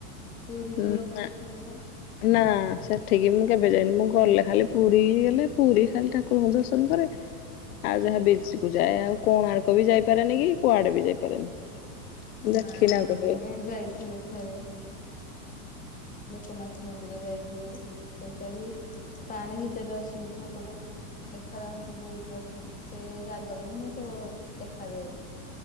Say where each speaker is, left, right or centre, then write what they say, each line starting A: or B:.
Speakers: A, on the left; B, on the left.
A: ପୁରୀ
B: ନା।
A: ଯୋଉ ଲୋକନାଥ ମନ୍ଦିର
B: ନା ସେଠିକି ମୁଁ କେବେ ଯାଇନି ମୁଁ ଗଲେ ଖାଲି ପୁରୀ ଗଲେ ପୁରୀ ଖାଲି ଠାକୁରଙ୍କୁ ଦର୍ଶନ କରେ। ଆଉ ଯାହା ବିଚ୍ କୁ ଯାଏ ଆଉ କୋଣାର୍କ ବି ଯାଇପାରେନି କି କୁଆଡେ ବି ଯାଇପାରେନି। ଦେଖିନି
A: ନାଇଁ
B: ଆଉ କୋଉଠି
A: ଆମେ ଯାଇଥିଲୁ ଥରେ। ଲୋକନାଥ ମନ୍ଦିର ଯାଇଥିଲୁ ସେଇଟା ବି ପାଣି ଭିତରେ ଅଛନ୍ତି ଠାକୁର। ଦେଖାଯା <unintelligible> ସେ ବୁଡିକି ଅଛନ୍ତି ସେ ଜାଗରକୁ ହିଁ କେବଳ ଦେଖାଦେବେ